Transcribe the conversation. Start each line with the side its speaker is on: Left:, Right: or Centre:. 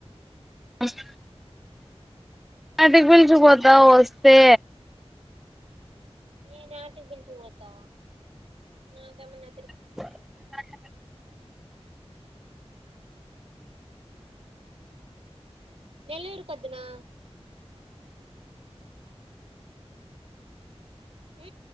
Centre: అస్ అటికి పిల్చుకుపోతావ్ వస్తే
Right: నేనాటికి పిల్చుకుపోతా నాకెమన్న
Centre: <unintelligible>
Right: నెల్లూరుకొచ్చినా ఊ